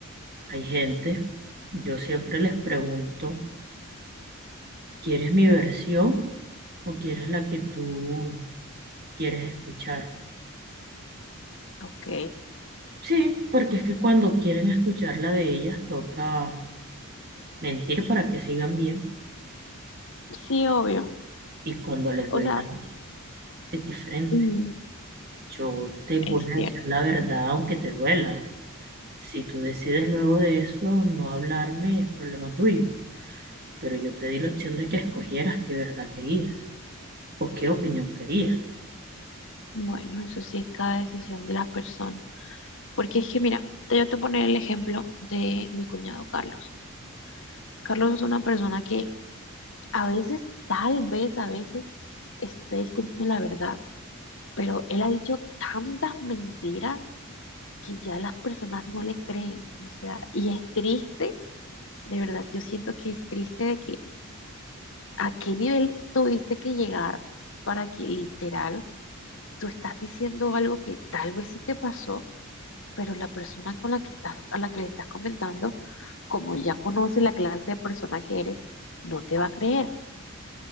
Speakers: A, on the right; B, on the left.
A: hay gente, yo siempre les pregunto, ¿quieres mi versión o quieres la que tú quieres escuchar?
B: Ok,
A: Sí, porque es que cuando quieren escuchar la de ellas, toca mentir para que sigan bien
B: sí, obvio.
A: y cuando les
B: O
A: doy
B: sea,
A: la mía, es diferente.
B: Mm,
A: Yo te voy
B: es cierto.
A: a decir la verdad aunque te duela. Si tú decides luego de eso no hablarme, es problema tuyo. Pero yo te di la opción de que escogieras qué verdad querías o qué opinión querías.
B: Bueno, eso sí es cada decisión de la persona. Porque es que, mira, te voy a poner el ejemplo de mi cuñado Carlos. Carlos es una persona que a veces, tal vez a veces, esté diciendo la verdad, pero él ha dicho tantas mentiras que ya las personas no le creen. O sea, y es triste, de verdad, yo siento que es triste de que a qué nivel tuviste que llegar para que literal tú estás diciendo algo que tal vez sí te pasó pero la persona con la que estás, a la que le estás comentando, como ya conoce la clase de persona que eres, no te va a creer,